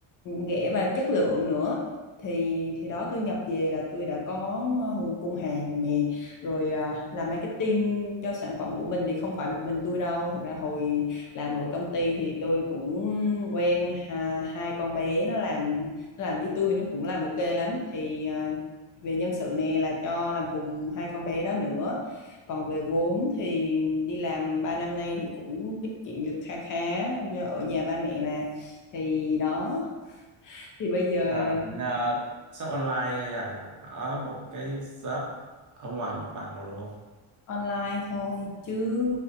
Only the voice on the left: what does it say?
rẻ và chất lượng nữa thì thì đó tôi nhập về là tôi đã có à, nguồn cung hàng nè rồi à, làm marketing cho sản phẩm của mình thì không phải một mình tôi đâu thực ra hồi làm ở công ty thì tôi cũng quen ha- hai con bé nó làm nó làm với tôi nó cũng làm ok lắm thì à, về nhân sự này là cho làm cùng hai con bé đó nữa còn về vốn thì đi làm 3 năm nay thì cũng tiết kiệm được kha khá do ở nhà ba mẹ mà thì đó thì bây giờ
online thôi chứ